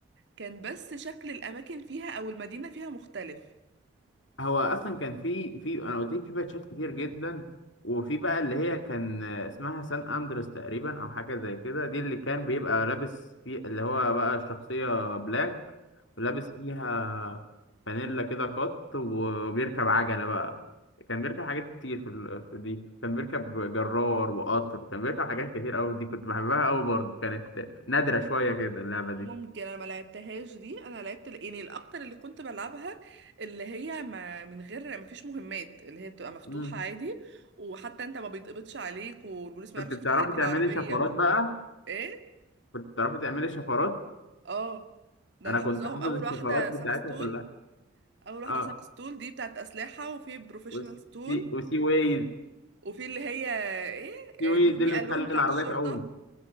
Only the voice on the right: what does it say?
كان بس شكل الاماكن فيها او المدينه فيها مختلف
ممكن
انا ما لعبتهاش دي انا لعبت ال- يعني الاكتر اللي كنت بلعبها اللي هي ما من غير ما فيش مهمات اللي هي بتبقى مفتوحة
عادي وحتى انت ما بيتقبضش عليك والبوليس ما
يعرفش
يفتح عليك
العربية
وال
ايه
اه ده
انا حافظاهم
اول
واحدة ساكستول
اول واحدة
ساكستول دي بتاعت اسلحة وفي بروفيشنال
ستول
وفي اللي هي ايه
ليف
مي
الون بتاعت
الشرطة